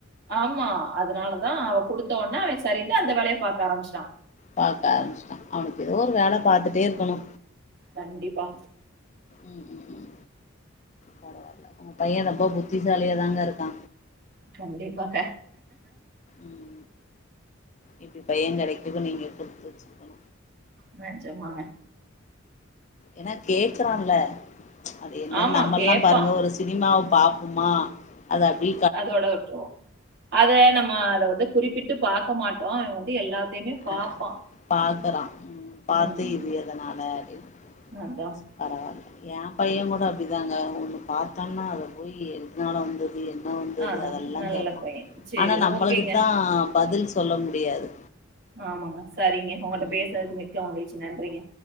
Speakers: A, on the right; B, on the left.
A: ஆமா அதனாலதா அவ கொடுத்தோன அவ சரின்ட்டு அந்த வேலைய பாக்க ஆரம்பிச்சிட்டா
B: பாக்க ஆரம்பிச்சிட்டா அவனுக்கு ஏதோ ஒரு வேலை பாத்துட்டே இருக்கணு
A: கண்டிப்பா
B: ம் ம் ம் பரவால்ல பைய ரொம்ப புத்திசாலியா தாங்க இருக்கா
A: கண்டிப்பாக
B: ம் இப்டி பைய கிடைக்க நீங்க குடுத்து வச்சுருக்கனு
A: நெஜமாங்க
B: ஏன்னா கேக்குறான்ல அது என்ன
A: ஆமா
B: நம்மல்லா
A: கேப்பான்.
B: பாருங்க ஒரு சினிமாவ பாப்போம்மா அத அப்டி
A: அதோட விட்ருவோ அத நம்ம அத வந்து குறிப்பிட்டு பார்க்க மாட்டோ. அது வந்து எல்லாத்தையுமே பாப்பான்.
B: அ பாக்குறா பாத்து
A: ம்.
B: இது எதன்னால அப்படின்னு
A: அதான்.
B: பரவாயில்ல ஏ பைய கூட அப்டிதாங்க ஒன்னு பார்த்தான்னா அதை போய் எதனால வந்து என்ன வந்தது
A: அதான்.
B: அதெல்லா
A: நல்ல
B: கேப்பா
A: பையன். சரி
B: ஆனா நம்மளுக்குத்தா
A: ஓகேங்க.
B: பதில் சொல்ல முடியாது
A: ஆமாங்க சரிங்க உங்களிட்ட
B: ம்
A: மிக்க மகிழ்ச்சி நன்றிங்க